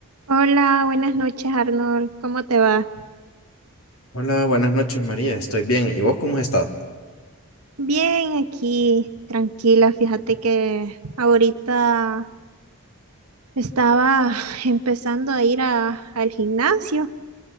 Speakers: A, on the right (about 85°); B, on the left (about 70°).
A: Hola, buenas noches Arnold, ¿cómo te va?
B: Hola, buenas noches María, estoy bien. ¿Y vos cómo has estado?
A: Bien, aquí, tranquila, fíjate que ahorita estaba <laughs> empezando a ir a- al gimnasio,